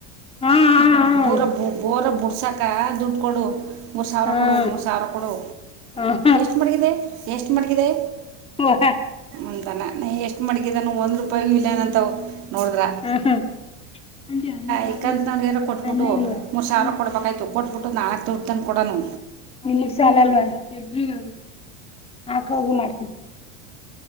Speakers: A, on the left (about 15°); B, on the right (about 55°).
A: ಹ್ಮ್
B: ಬೋರ ಬೋರ ಬುಡ್ಸಕ ದುಡ್ ಕೊಡು ಮೂರು ಸಾವಿರ
A: ಹ್ಮ್ ಹ್ಮ್
B: ಕೊಡು ಮೂರು ಸಾವಿರ ಕೊಡು
A: ಹ್ಮ್
B: ಎಷ್ಟು ಮಡಗಿದೆ ಎಷ್ಟು ಮಡಗಿದೆ
A: ವಾಹ
B: ಅಂತಾನ ನ ಎಷ್ಟ್ ಮಡಗಿದಾನ ಒಂದ್ೂಪಾಯಿ ಇಲ್ಲೇನ ಅಂತ ನೋಡ್ರ
A: ಹ ಹ ಅ ಅಲ್ಲ ಕಖಿ
B: ಇಕ್ಕಂತ ನಾವು ಏನೋ ಕೊಟ್ಬಿಟ್ಟು
A: ಅನ್ನಲ್ಲ ಕಿ
B: ಮೂರು ಸಾವಿರ ಕೊಡ್ಬೇಕಾಯ್ತು ಕೊಟ್ಬಿಟ್ಟು ನಾಲ್ಕು ದುಡ್ಡು ತನ್ದು ಕೊಡನು
A: ನಿಗ್ ಸಾಲ ಅಲ್ವಾಬ್ರ ಹಾಕ ಹೋಗಿ ಮಾಡ್ತ